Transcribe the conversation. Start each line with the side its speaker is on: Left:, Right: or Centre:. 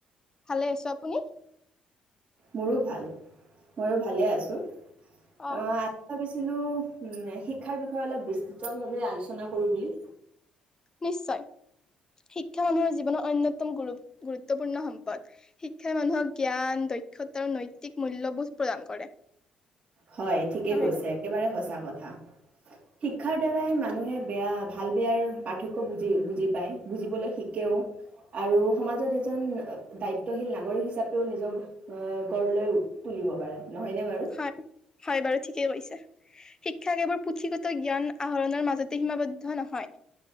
Left: ভালে আছো, আপুনি?
Right: মোৰো ভাল, ময়ো ভালে আছোঁ। অ,
Left: অ
Right: আ <unintelligible> শিক্ষাৰ বিষয়ে অলপ বিস্তৃত ভাৱে আলোচনা কৰো বুলি
Left: নিশ্চয় শিক্ষা মানুহৰ জীৱনৰ অন্যতম গুৰু-গুৰুত্বপূৰ্ণ সম্পদ শিক্ষাই মানুহক জ্ঞান, দক্ষতা আৰু নৈতিক মূল্যবোধ প্ৰদান কৰে।
Right: হয়, ঠিকে
Left: নহয়নে
Right: কৈছে একেবাৰে সঁচা শিক্ষাৰ দ্বাৰাই মানুহে বেয়া ভাল-বেয়াৰ পাৰ্থক্য বুজি-বুজি পায়, বুজিবলৈ শিকেও আৰু সমাজত এজন দায়িত্বশীল নাগৰিক হিচাপেও নিজক আহ গঢ় লৈ তুলিব পাৰে। নহয়নে বাৰু?
Left: হয় হয় বাৰু ঠিকেই কৈছে। শিক্ষা কেৱল পুথিগত জ্ঞান আহৰণৰ মাজতে সীমাবদ্ধ নহয়,